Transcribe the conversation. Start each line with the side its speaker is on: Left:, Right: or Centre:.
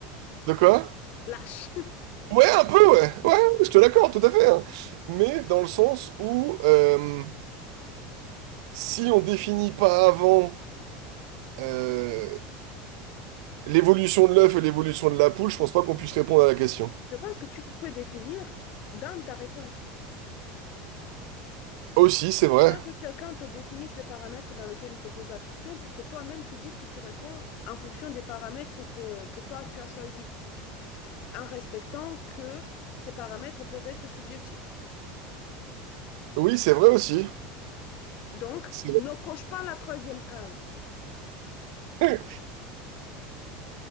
Right: De quoi?
Left: lâche.
Right: Ouais, un peu, ouais. Ouais, je te l'accorde, tout à fait. hein. Mais dans le sens où euh, si on définit pas avant euh, l'évolution de l'œuf et l'évolution de la poule, je pense pas qu'on puisse répondre à la question.
Left: Je pense que tu peux définir dans ta réponse.
Right: Aussi, c'est vrai.
Left: Faut que quelqu'un te définisse les paramètres dans lesquels il te pose la question pour que toi-même tu dises que tu réponds en fonction des paramètres que, que toi tu as choisis, en respectant que ces paramètres peuvent être subjectifs.
Right: Oui, c'est vrai aussi.
Left: Donc,
Right: C'est
Left: ne
Right: vrai.
Left: coche pas la troisième case.
Right: <laughs>